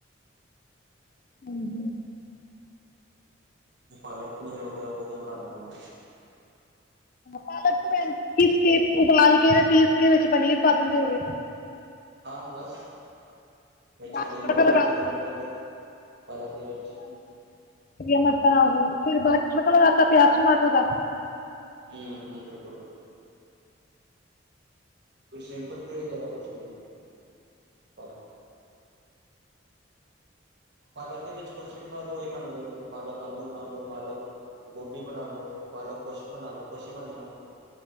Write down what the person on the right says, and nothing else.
ਪਾਲਕ ਪਨੀਰ ਹੋ ਗਿਆ ਉਹ ਵਧੀਆ ਬਣਾ ਲੈਂਦਾ ਮੈਂ,
ਹਾਂ ਬਸ, ਹਰੀ
ਮਿਰਚਾਂ
ਤੇ ਗ੍ਰੈਂਡ ਕਰ ਕੇ, ਪਾਲਕ,
ਦੇ ਵਿੱਚ
ਹੂੰ-ਹੂੰ, ਬਿਲਕੁਲ। ਕੋਈ ਸਿਪਲ ਵਗੈਰਾ ਕੋਈ ਕੁਛ ਨੀ, <unintelligible> ਪਾਲਕ ਦੇ ਵਿੱਚ ਕੁਛ ਵੀ ਪਾ ਦਓ ਉਹੀ ਬਣ ਜੇਗਾ ਪਾਲਕ ਆਲੂ ਬਣਾ ਲੋ ਪਾਲਕ ਗੋਭੀ ਬਣਾ ਲੋ ਪਾਲਕ ਕੁਛ ਵੀ ਬਣਾ ਲਉ ਕੁਛ ਹੀ ਬਣ ਜਾਣਾ ਆਪ